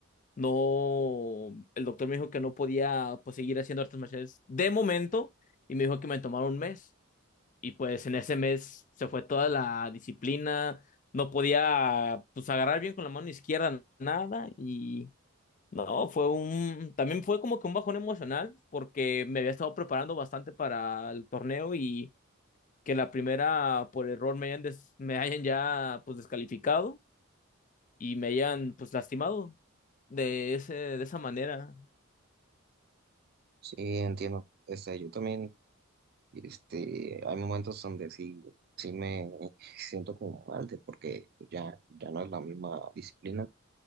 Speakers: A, on the left; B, on the right.
A: no, el doctor me dijo que no podía pues seguir haciendo artes marciales de momento y me dijo que me tomara un mes y pues en ese mes se fue toda la disciplina, no podía pues agarrar bien con la mano izquierda nada y no, fue un, también fue como que un bajón emocional porque me había estado preparando bastante para el torneo y que la primera por error me hayan, des- me hayan ya pues descalificado y me hayan pues lastimado de ese, de esa manera.
B: Sí, entiendo. Este, yo también, este, hay momentos donde sí, sí me <laughs> siento como mal de porque ya, ya no es la misma disciplina.